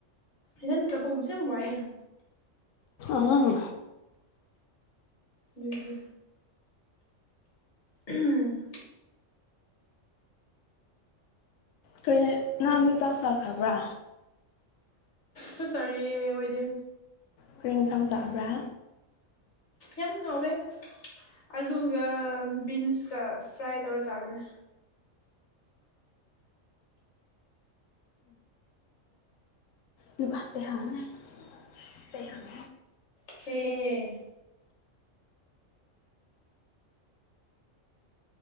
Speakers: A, on the left; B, on the left.
A: ꯏꯊꯟꯗ ꯆꯠꯄꯒꯨꯝꯕꯁꯦ ꯌꯥꯝ ꯋꯥꯏꯌꯦ
B: ꯑꯪ
A: ꯗꯨꯒꯤ ꯑꯍꯝ
B: ꯀꯔꯤ ꯅꯪꯗꯤ ꯆꯥꯛ ꯆꯥꯈ꯭ꯔꯕ꯭ꯔꯥ
A: ꯆꯥꯛ ꯆꯔꯤꯌꯦ ꯑꯩꯈꯣꯏꯗꯤ
B: ꯀꯔꯤ ꯢꯟꯁꯥꯡ ꯆꯥꯕ꯭ꯔꯥ
A: ꯌꯥꯝ ꯍꯥꯎꯋꯦ ꯑꯂꯨꯒ ꯕꯤꯟꯁꯀ ꯐ꯭ꯔꯥꯏ ꯇꯧꯔꯒ ꯆꯥꯕꯅꯦ
B: ꯂꯨꯕꯥꯠꯇꯦ ꯍꯥꯎꯅꯦ ꯇꯦꯍꯥꯡ
A: ꯍꯦ